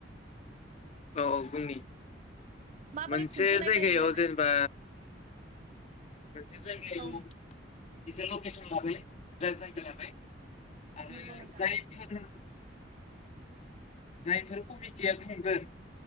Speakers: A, on the left; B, on the right.
A: औ औ बुंनि
B: माबोरै
A: मोनसे
B: खुंफुंनाय
A: जायगायाव
B: जाहैगोन
A: जेनबा मनसे जायगायाव
B: औ
A: एसे लकेसन लाबै जायगा लाबाय। आरो
B: नंगौ नोंथां
A: जायफोरो जायफोर कमिटिया खुंगोन।